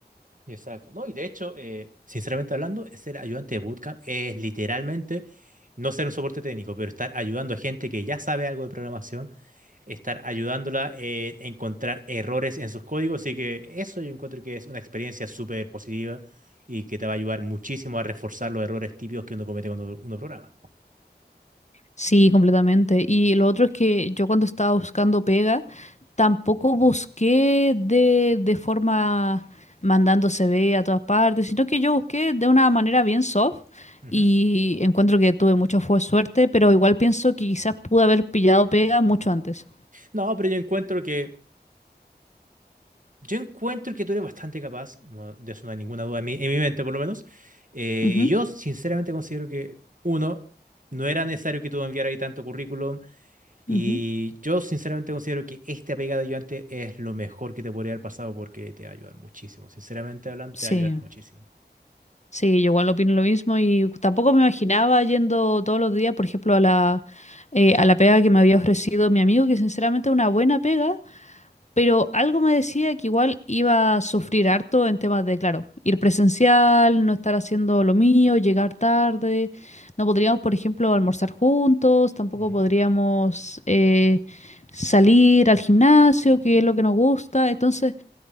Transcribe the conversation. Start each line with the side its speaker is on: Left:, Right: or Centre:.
Right: Exacto. No, y de hecho, eh, sinceramente hablando, ser ayudante de bootcamp es literalmente no ser un soporte técnico, pero estar ayudando a gente que ya sabe algo de programación estar ayudándola a encontrar errores en sus códigos. Así que eso yo encuentro que es una experiencia súper positiva y que te va a ayudar muchísimo a reforzar los errores típicos que uno comete cuando uno programa.
Left: Sí, completamente. Y lo otro es que yo cuando estaba buscando pega, tampoco busqué de, de forma mandando CV a todas partes, sino que yo busqué de una manera bien soft
Right: Ujú.
Left: y encuentro que tuve mucha fu- suerte, pero igual pienso que quizás pude haber pillado pega mucho antes.
Right: No, pero yo encuentro que yo encuentro que tú eres bastante capaz, no, de eso no hay ninguna duda en mi, en mi mente por lo menos. Eh,
Left: Ujú,
Right: y yo sinceramente considero que uno no era necesario que tú enviaras ahí tanto currículum. Y
Left: ujú.
Right: yo sinceramente considero que este apegado ayudante es lo mejor que te podría haber pasado porque te va a ayudar muchísimo. Sinceramente hablando,
Left: Sí,
Right: te va a ayudar muchísimo.
Left: sí, yo igual opino lo mismo y tampoco me imaginaba yendo todos los días, por ejemplo, a la, eh, a la pega que me había ofrecido mi amigo, que sinceramente es una buena pega Pero algo me decía que igual iba a sufrir harto en temas de, claro, ir presencial, no estar haciendo lo mío, llegar tarde. No podríamos, por ejemplo, almorzar juntos, tampoco
Right: Ujú,
Left: podríamos eh, salir al gimnasio, que es lo que nos gusta. Entonces,